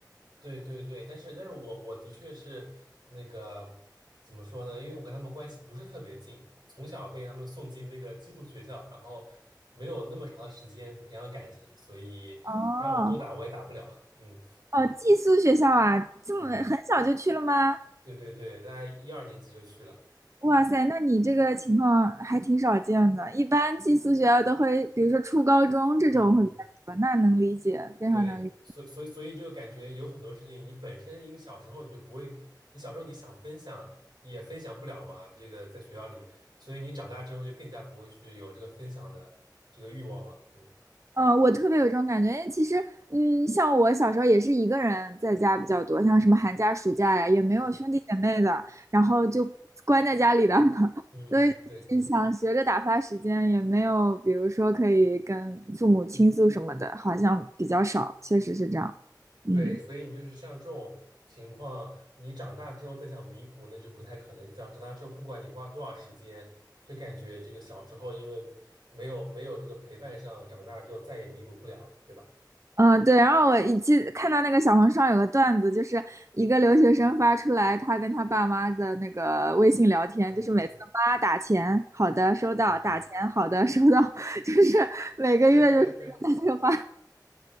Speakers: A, on the right; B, on the right.
A: 对对对，但是但是我我的确是那个怎么说呢？因为我跟他们关系不是特别近，从小被他们送进那个寄宿学校，然后没有那么长的时间培养感情，所以让我多打我也打不了。
B: 哦
A: <laughs> 嗯
B: 哦，寄宿学校啊，这么很小就去了吗？
A: 嗯，对对对，大概一二年级就去了。
B: 哇塞，
A: 嗯
B: 那你这个情况还挺少见的，一般寄宿学校都会，比如说初高中这种会比较多，
A: 嗯嗯。
B: 那能理解，非常能理解。
A: 对，所所以所以就感觉有很多事情，你本身因为小时候你就不会，你小时候你想分享也分享不了嘛，这个在学校里面，所以你长大之后就更加不会去有这个分享的这个欲望了。嗯
B: 嗯，我特别有这种感觉，因为其实，嗯，像我小时候也是一个人在家比较多，像什么寒假、暑假呀，也没有兄弟姐妹的，
A: 嗯
B: 然后就关在家里的，<laughs>
A: 嗯，
B: 所以就想学着打发时间，
A: 嗯，对
B: 也没有，比如说可以跟父母倾诉什么的，好像比较少，确实是这样。嗯。
A: 对，所以你就是像这种情况，你长大之后再想弥补，那就不太可能。长长大之后，不管你花多少时间，就感觉这个小时候因为没有没有这个陪伴上，长大就再也弥补不了了，对吧？
B: 嗯，对，然后我一记看到那个小红书上有个段子，就是一个留学生发出来他跟他爸妈的那个微信聊天，
A: 嗯嗯
B: 就是每次妈打钱，好的收到，
A: 嗯，
B: 打钱，好的收到，<laughs> 就是每个月就是这个打电话
A: 对啊对啊对啊